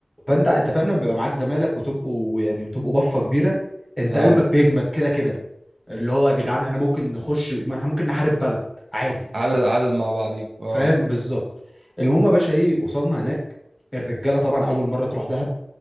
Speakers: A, in the centre; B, on the right.
A: فانت انت فاهم لما بيبقى معاك زمايلك وتبقوا يعني وتبقوا بفه كبيره انت
B: اه
A: قلبك بيجمد كده كده اللي هو يا جدعان
B: ت-
A: احنا ممكن نخش ما احنا ممكن نحارب بلد عادي
B: عدد عدد مع بعضيكوا
A: فاهم
B: اه
A: بالظبط المهم يا باشا ايه وصلنا هناك الرجاله طبعا اول مره تروح دهب